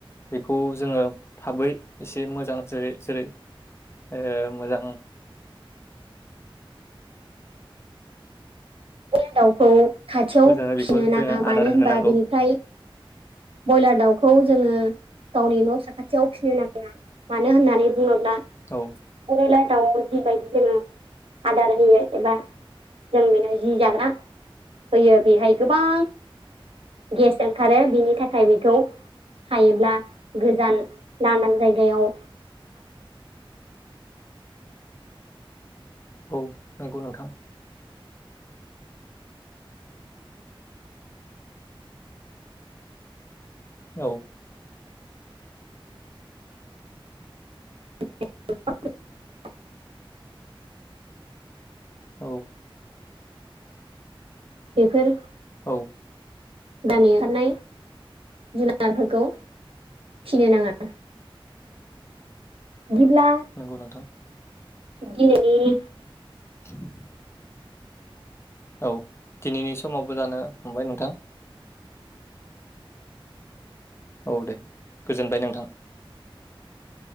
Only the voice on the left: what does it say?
बेखौ जोङो थाबै एसे मोजां जेरै जेरै ओ मोजां।
मोजाङै बेखौ
जोङो
आदार होनो
नांगौ
औ
औ नंगौ नोंथां औ।
औ।
औ।
नंगौ नोंथां।
<inaudible> औ दिनैनि समावबो जानो हमबाय नोंथां। औ दे गोजोनबाय नोंथां।